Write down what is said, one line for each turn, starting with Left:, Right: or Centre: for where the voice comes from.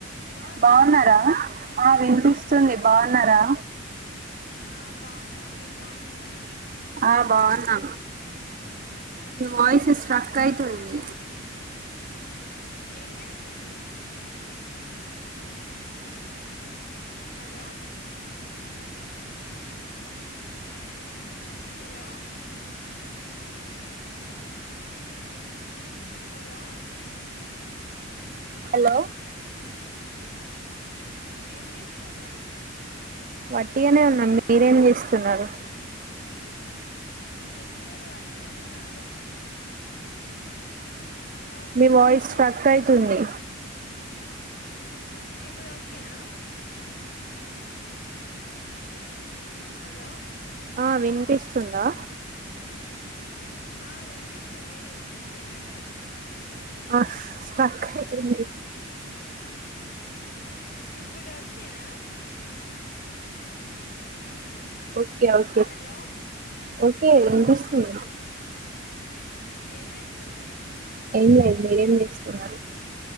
Left: ఇనవోడ్తుందా
Right: బాగున్నారా
Left: హలో
Right: ఆ వినిపిస్తుంది
Left: ఆ
Right: బాగున్నారా
Left: బా ఆ బావున్నాం మీరు బావున్నారా
Right: ఆ బాగున్నా
Left: ఏం
Right: మీ
Left: చేస్తున్నారు
Right: వాయిస్ స్స్ట్రక్ అయితుంది
Left: ఏం చేస్తున్నావ్ హలో హలో హలో
Right: హలో
Left: ఏం చేస్తున్నారు
Right: వట్టిగనే ఉన్నాం
Left: హలో
Right: మీరేం చేస్తున్నారు
Left: ఎంలేదు వట్టిగనే కాలి వాళ్ళు
Right: మీ
Left: ముచ్చేట
Right: వాయిస్
Left: వెడ్తూన్నా
Right: స్ట్రక్ అయితుంది
Left: అయితే మొన్న క్రి ఇప్పుడు ఓకేనా హలో
Right: ఆ వినిపిస్తుందా
Left: ఆ వినిపిస్తుంది మీకు వినిపిస్తుందా లేదా
Right: ఆ స్ట్రక్ అయితుంది
Left: ఇప్పుడు ఓకేనా
Right: ఓకే ఓకే
Left: హలో
Right: ఓకే వినపిస్తుంది
Left: ఉ ఏం చేస్తున్నారు
Right: ఏం లేదు మీరేం చేస్తున్నారు